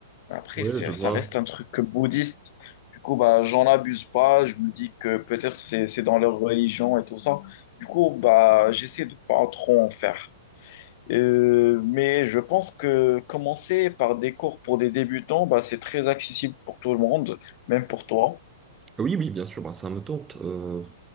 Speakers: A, on the left; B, on the right.
A: après
B: Oui,
A: c'est
B: je vois.
A: ça reste un truc bouddhiste. Du coup bah j'en abuse pas, je me dis que peut-être c'est c'est dans leur religion et tout ça. Du coup bah j'essaie de pas trop en faire. Euh, mais je pense que commencer par des cours pour des débutants, bah c'est très accessible pour tout le monde, même pour toi.
B: Oui, oui, bien sûr, ben, ça me tente. Euh,